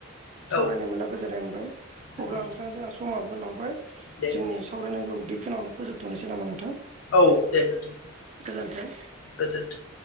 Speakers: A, on the right; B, on the left.
A: सावरायनो
B: औ
A: मोनना गोजोननाय मोनबाय
B: नंगौ
A: अब्ला
B: नोंथां
A: नोंथांजोंहा समाबो लाव बाय
B: दे
A: जोंनि सावरायनांगौ खिनायावनो फोजोबथ'निसै नामा नोंथां?
B: औ दे नोंथां
A: गोजोन्थों।
B: गोजोनथों।